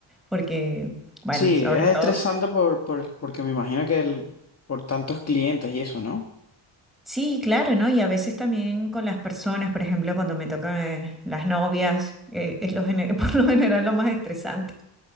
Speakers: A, in the centre; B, on the left.
A: porque, bueno,
B: Sí,
A: sobre
B: es
A: todo...
B: estresante por, por, porque me imagino que el, por tantos clientes y eso, ¿no?
A: Sí, claro, ¿no? Y a veces también con las personas, por ejemplo, cuando me tocan eh, las novias, eh, es lo gene- <laughs> por lo general lo más estresante.